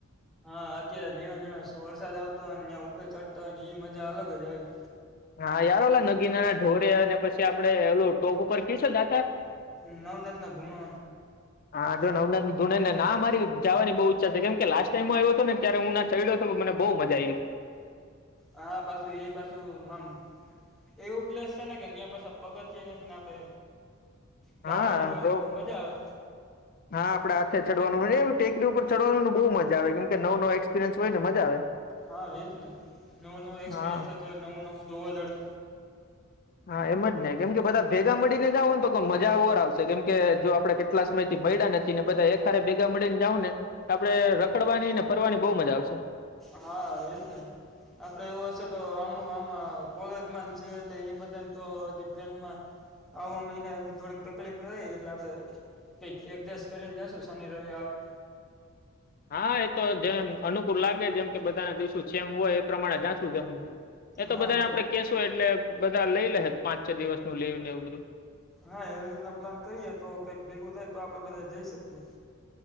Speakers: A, in the centre; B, on the left (about 45°).
A: હા અત્યારે ઝીનોઝીનો વરસાદ આવતો હોય ને ત્યાં ઉપર ચડતા હોય ને એ મજા અલગ જ આવી.
B: હા યાર ઓલા નગીના નાઢોરે અને પછી આપડે ઓલું ટોપ ઉપર કીશો દાતા.
A: નવનાથ ના ધૂણો
B: હા જો નવનાથ ધુણે ને ના મારી જવાની બહુ કેમ કે લાસ્ટ ટાઈમમાં આવ્યો હતો ને ત્યારે હું ના ચડ્યો હતો મને બહુ મજા આવી.
A: હ પાછું એ પાછું આમ એવું પ્લેસ છે ને કે ત્યાં પાછુ પગથિયા નથી ને આપણે જવાનું
B: હા
A: હોય
B: તો
A: ને મજા આવે
B: હા આપડે હાથે ચડવાનું એ ટેકરી ઉપર ચડવાનું બહુ મજા મજા આવે કેમ કે નવો નવો એસપિરયસ હોયને મજા આવે
A: હા એજ ને નવો નવો એક્સપિરિયન્સ
B: હા
A: થતો નવું નવું જોવા દડે
B: હા એમ જ નહી કેમ કે બધા ભેગા મળીને જાવ ને તો કે મજા ઓર આવશે કેમ કે જો આપણે કેટલા સમય થી મળ્યા નથી ને બધા એક સાથે ભેગા મળી ને જાઉં ને આપડે રખડવાની ને ફરવાની બહુ મજા આવશે
A: હા એ જ ને આપડે એવું હશે તો આમુ આમાં કોલેજમાં છે એટલે એ બધા તો હજી ફ્રેન્ડમાં આવામાં એને હજી થોડીક તકલીફ રહીએટલે આપડે કઈક એક દિવસ કરીને જશું શનિ રવિ આવી.
B: હા એ તો જેમ અનુકૂળ લાગે જેમ કે બધાને દિવસો જેમ હોય એ પ્રમાણે જાંચું, તેમ એ તો
A: હા
B: બધાને આપડે કેશું એટલે બધા લઈ લેશે પાંચ છ દિવસ નું લેવ ને એવું બધું.
A: હા એવી રીતેનો પ્લાન કરીએ તો કઈક ભેગું થાય તો આપડે બધા જઈ શકીયૅ.